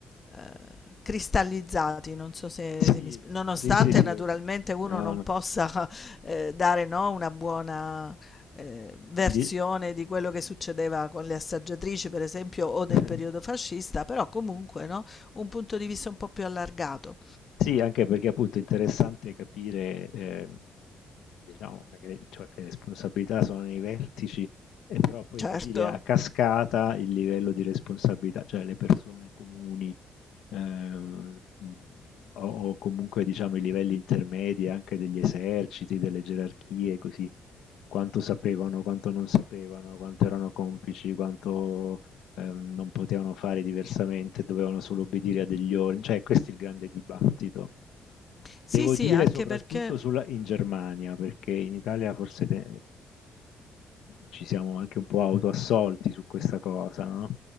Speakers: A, on the left; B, on the left.
A: ehm, cristallizzati, non so se
B: Sì,
A: se mi sp nonostante
B: sì, sì, sì,
A: naturalmente
B: ho ca
A: uno
B: no,
A: non
B: no.
A: possa, ehm, dare, no, una buona, ehm, versione
B: Di
A: di quello che succedeva con le assaggiatrici, per esempio, o del
B: <laughs>
A: periodo fascista, però comunque, no, un punto di vista un po' più allargato.
B: sì, anche perché appunto è interessante capire, ehm, diciamo magari cioè che le responsabilità sono nei vertici, e però poi
A: Certo.
B: capire a cascata il livello di responsabilità, cioè le persone comuni ehm, o, o comunque diciamo i livelli intermedi anche degli eserciti, delle gerarchie, così quanto sapevano, quanto non sapevano, quanto erano complici, quanto ehm, non potevano fare diversamente, dovevano solo obbedire a degli ordini, cioè questo è il grande dibattito. Devo
A: Sì, sì,
B: dire
A: anche
B: soprattutto
A: perché
B: sulla- in Germania, perché in Italia forse te- ci siamo anche un po' autoassolti su questa cosa, no?